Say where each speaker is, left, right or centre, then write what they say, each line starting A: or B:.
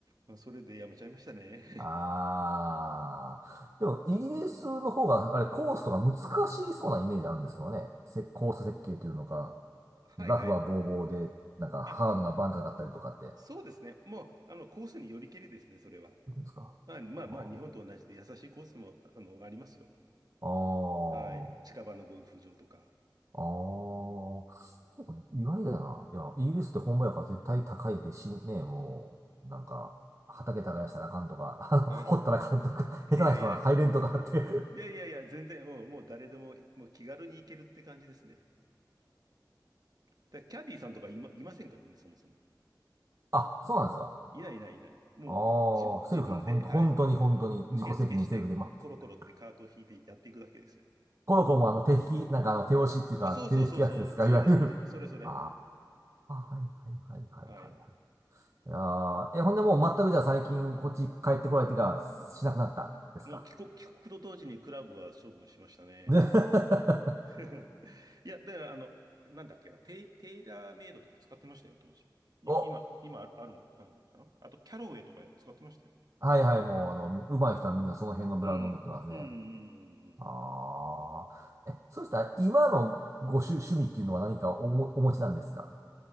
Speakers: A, on the right; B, on the right.
A: まあ、それでやめちゃいましたね。
B: う。ああ。でも、イギリスの方が、あれ、コースとか難しそうなイメージあるんですけどね。せ、コース設計というのか、
A: <laughs> はいはい。
B: ラフはボーボーで、なんかハードなバンカーがあったりとかって。
A: あ、そうですね。もう、あの、コースによりけりですね、それは。
B: どうですか
A: まあまあまあ、
B: あー
A: 日本と同じで優しいコースも、あの、ありますよ。
B: あー、
A: はい。近場のゴルフ場とか。
B: あーそうか、意外だな。いや、イギリスって本場やから絶対高いってし、ね、もう、なんか、畑耕したらあかんとか、あの掘ったらあかんとか、
A: はい。
B: 下手な人は入れんとかあって
A: いやいや、いやいやいや、全然、うん、もう誰でも、もう気軽に行けるって感じですね。だからキャディーさんとかいま、いませんからね、そもそも。
B: あ、そうなんですか。
A: いないいないいない。もう自分、
B: ああ、
A: 自分で、
B: セルフなんです。本当、
A: はい、
B: 本当に本当に自己責任セルフで、
A: 受付して、
B: まあ、
A: コロコロってカートを引いてやっていくだけですよ。
B: コロコロもあの手引き、なんかあの手押しっていうか手で引くやつですか、
A: あ、そうそうそうそう、そうです、
B: いわゆる。
A: そうです。それそれ。
B: <laughs> ああ、はいはいはいはいはいはい。
A: はい。
B: いやーえ、ほんでもう全くじゃあ最近こっち帰ってこられてからしなくなったですか。
A: もう帰国、帰国と同時にクラブは処分しましたね。
B: で <laughs>
A: <laughs> いや、だからあの、なんだっけな、テイ、テイラーメイドとか使ってましたよ、当時。い、
B: お、
A: 今、今ある、あるあるのかなあと、キャロウェイとか使ってましたよ。
B: はいはい、もうあの、上手い人はみんなその辺のブランドを持ってますね。
A: うん。うんうんうんうん。
B: ああ、え、そうしたら今のご趣、趣味っていうのは何かおもお持ちなんですか